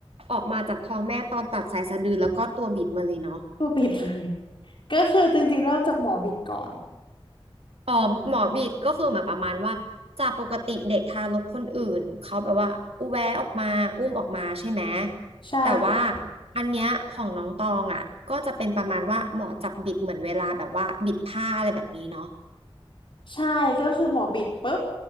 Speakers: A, on the right (about 75°); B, on the left (about 55°).
A: ออกมาจากท้องแม่ตอนตัดสายสะดือแล้วก็ตัวบิดมาเลยเนาะ
B: ตัวบิดเลยก็คือจริงๆเริ่มจากหมอบิดก่อน
A: อ๋อหมอบีดก็คือเหมือนประมาณว่าจากปกติเด็กทารกคนอื่นเขาแบบว่าอุแวะออกมาอุ้มออกมาใช่ไหม
B: ใช่
A: แต่ว่าอันเนี้ยของน้องตองอ่ะก็จะเป็นประมาณว่าหมอจับบิดเหมือนเวลาแบบว่าบิดผ้าอะไรแบบนี้เนาะ
B: ใช่ก็คือหมอบิดปุ๊บ